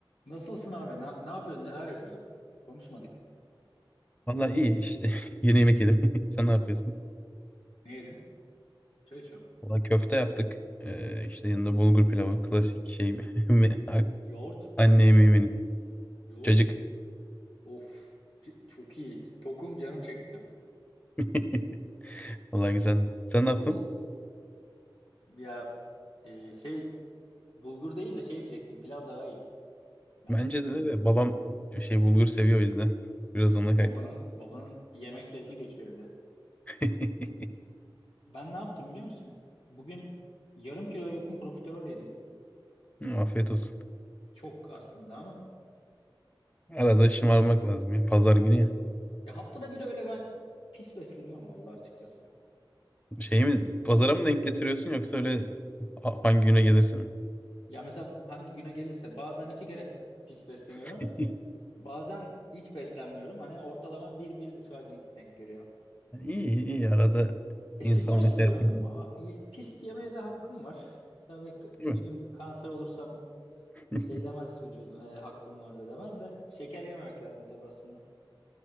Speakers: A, on the left; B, on the left.
A: Nasılsın abi? Na- ne yapıyorsun? Neler yapıyorsun? Konuşmadık.
B: Valla iyi işte. <laughs> Yeni yemek yedim. <laughs> Sen ne yapıyorsun?
A: Ne yedin? Çay içiyorum ben.
B: Valla köfte yaptık. Ee, işte yanında bulgur pilavı. Klasik şey. <laughs>
A: Yoğurt.
B: Anne
A: Ya-
B: yemeğimiz.
A: yoğurt.
B: Cacık.
A: Of. c- çok iyi. Tokum canım çekti.
B: <laughs> Valla güzeldi. Sen ne yaptın?
A: Bu ya e, şey bulgur değil de şey diyecektim. Pilav daha iyi bence.
B: Bence de, de babam şey bulgur seviyor o yüzden. <laughs> Biraz ona
A: Yani
B: kaydı.
A: babanın babanın yemek zevki geçiyor evde.
B: <laughs>
A: Ben ne yaptım biliyor musun? Bugün yarım kilo yakın profiterol yedim.
B: Hı, Afiyet olsun.
A: Çok aslında ama.
B: Arada şımarmak lazım ya. Pazar günü ya.
A: Ya haftada bir öyle ben pis besleniyorum vallahi açıkçası.
B: Şey mi? Pazara mı denk getiriyorsun yoksa öyle ha- hangi güne gelirse mi?
A: Ya mesela hangi güne gelirse bazen iki kere pis besleniyorum.
B: <laughs> İyi
A: Bazen hiç beslenmiyorum. Hani ortalama bir, bir buçuğa gen- denk geliyor.
B: iyi. iyi. Arada
A: E,
B: insanla
A: spor yapıyorum.
B: şey yapmak.
A: A- y- Pis yemeye de hakkım var. Tabii k-
B: Değil
A: bir
B: mi?
A: gün kanser olursam
B: <laughs>
A: şey demez vücudum. E, hakkım vardı demez de. Şeker yememek lazım tabii aslında.